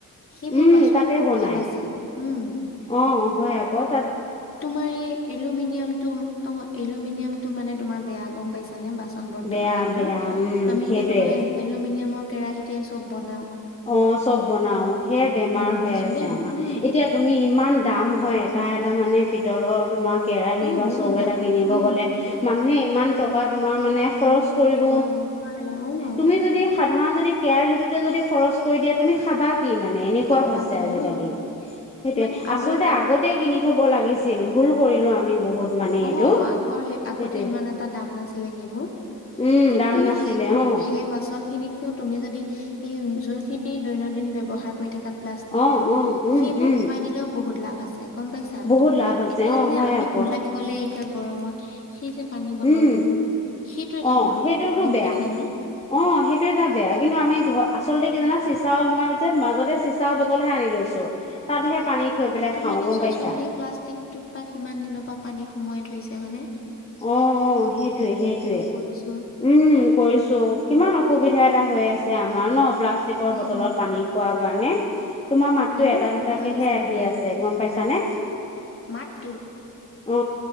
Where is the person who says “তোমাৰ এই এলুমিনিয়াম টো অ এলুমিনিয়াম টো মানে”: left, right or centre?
Left